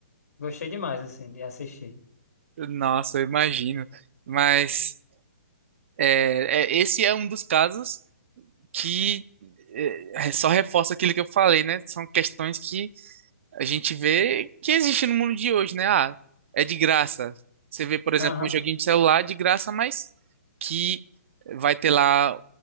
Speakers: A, on the left (about 75°); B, on the right (about 50°).
A: gostei demais assim de assistir.
B: Nossa, eu imagino. Mas é, é, esse é um dos casos que é, só reforça aquilo que eu falei, né? São questões que a gente vê que existe no mundo de hoje, né? Ah, é de graça. Você vê, por exemplo,
A: Aham.
B: um joguinho de celular de graça, mas que vai ter lá